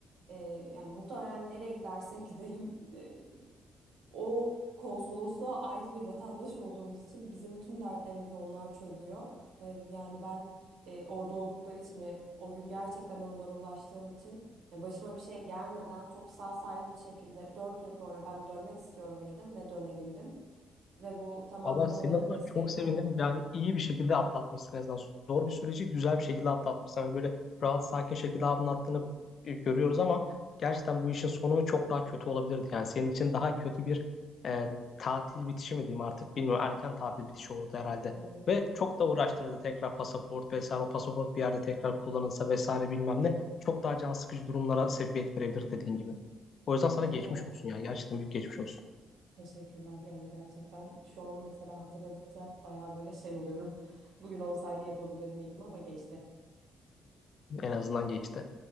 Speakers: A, on the right (about 70°); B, on the left (about 55°).
A: Ee, yani muhtemelen nereye gidersek gidelim <laughs> O konsolosluğa ait bir vatandaş olduğumuz için bizim tüm dertlerimizi onlar çözüyor. Ee, Yani ben e, orada oldukları için ve o gün gerçekten onlara ulaştığım için ya başıma bir şey gelmeden çok sağ salim bir şekilde dört gün sonra ben dönmek istiyorum dedim ve dönebildim. Ve bu tamamen
B: Allah senin
A: onların
B: adına
A: desteğiyle
B: çok sevindim.
A: oldu.
B: Yani iyi bir şekilde atlatmışsın en azından. Zor bir süreci güzel bir şekilde atlatmışsın. Hani böyle rahat, sakin şekilde anlattığını e, görüyoruz ama gerçekten bu işin sonu çok daha kötü olabilirdi. Yani senin için daha kötü bir e, tatil bitişi mi diyeyim artık bilmiyorum. Erken tatil bitişi olurdu herhalde.
A: Evet.
B: Ve çok da uğraştırırdı tekrar pasaport vesaire. O pasaport bir yerde tekrar kullanılsa vesaire bilmem ne. Çok daha can sıkıcı durumlara sebebiyet verebilir dediğin gibi. O yüzden sana
A: Evet
B: geçmiş
A: evet
B: olsun
A: ya.
B: ya. Gerçekten büyük geçmiş olsun.
A: Teşekkürler. Yani gerçekten şu an mesela hatırladıkça baya böyle şey oluyorum. <laughs> Bugün olsaydı yapabilir miydim ama geçti.
B: En azından geçti.